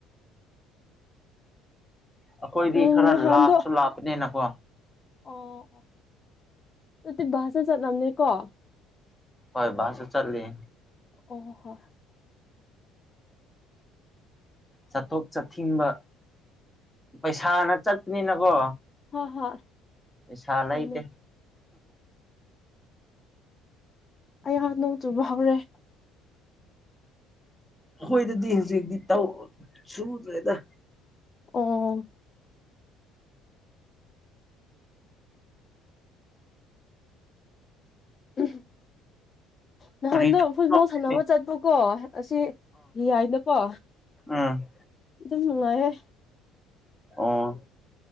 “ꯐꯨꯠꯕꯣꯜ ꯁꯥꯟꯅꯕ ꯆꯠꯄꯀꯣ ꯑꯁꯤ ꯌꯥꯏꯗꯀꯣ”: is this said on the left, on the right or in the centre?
Left